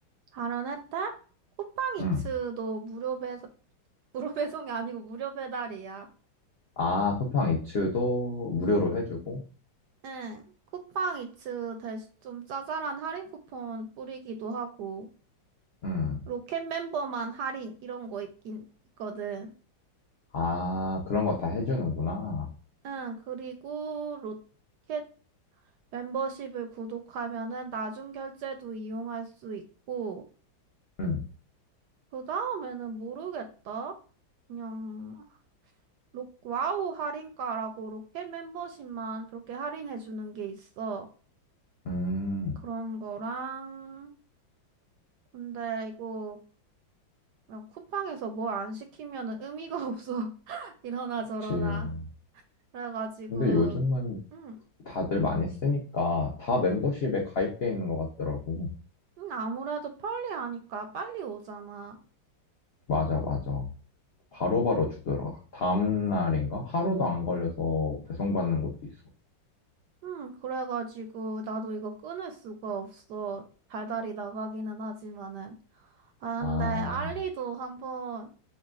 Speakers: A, on the right (about 70°); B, on the left (about 80°).
A: 다른 혜택? 쿠팡이츠도
B: 응.
A: 무료 배송, <laughs> 무료 배송이 아니고 무료 배달이야.
B: 아, 쿠팡 이츠도 무료로 해주고?
A: 응. 쿠팡이츠 대신 좀 짜잘한 할인 쿠폰 뿌리기도 하고,
B: 응.
A: 로켓 멤버만 할인 이런 거 있긴 있거든.
B: 아, 그런 거 다 해주는구나.
A: 응. 그리고 로켓 멤버십을 구독하면은 나중 결제도 이용할 수 있고,
B: 응.
A: 그 다음에는 모르겠다. 그냥 로, 와우 할인가라고 로켓 멤버십만 그렇게 할인해 주는 게 있어.
B: 음,
A: 그런 거랑 근데 이거 그냥 쿠팡에서 뭐 안 시키면은 의미가 <laughs> 없어. 이러나
B: 그치.
A: 저러나. 그래가지고
B: 근데 요즘은
A: 음,
B: 다들 많이 쓰니까 다 멤버십에 가입돼 있는 것 같더라고.
A: 음, 아무래도 빨리 하니까 빨리 오잖아.
B: 맞아, 맞아. 바로바로 주더라. 다음 날인가? 하루도 안 걸려서 배송받는 것도 있어.
A: 음, 그래가지고 나도 이거 끊을 수가 없어. 달달이 나가기는 하지만은. 아,
B: 아,
A: 근데 알리도 한번